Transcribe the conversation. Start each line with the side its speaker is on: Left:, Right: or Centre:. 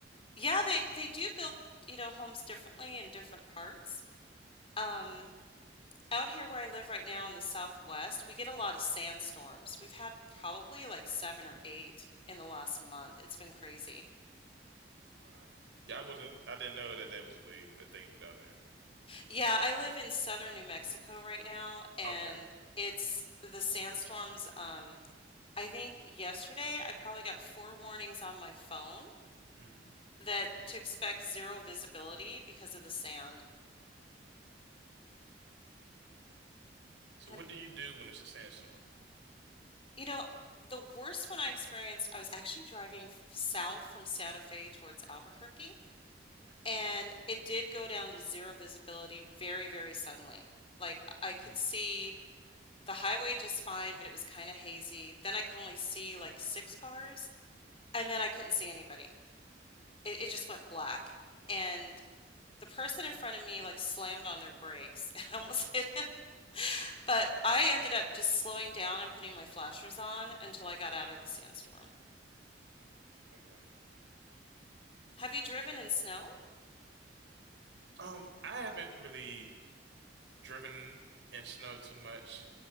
Left: yeah, they they do build, you know, homes differently in different parts. Um, out here where I live right now in the southwest, we get a lot of sandstorms. We've had probably like seven or
Right: Hmm.
Left: eight in the last month. It's been crazy.
Right: Wow. Yeah, I wasn't I didn't know that that was the the thing down there.
Left: Yeah, I live in southern New Mexico right now, and
Right: Okay.
Left: it's the sandstorms. Um, I think yesterday I probably got four warnings on my phone
Right: Mhm.
Left: that to expect zero visibility because of the sand.
Right: Mhm. So
Left: Have
Right: what do you do when it's a sandstorm?
Left: you know, the worst one I experienced, I was actually driving f- south from Santa Fe towards Albuquerque,
Right: Okay.
Left: and it did go down to zero visibility very, very suddenly. Like I could
Right: Mhm.
Left: see the highway just fine, but it was kind of hazy. Then I could only see like six cars, and then I couldn't see anybody. It, it just went black.
Right: Mhm.
Left: And the person in front of me like slammed on their brakes. <laughs> I almost hit him. But I ended up just slowing down and putting my flashers on until I got out of the sandstorm.
Right: Okay.
Left: Have you driven in snow?
Right: Um, I haven't really driven in snow too much.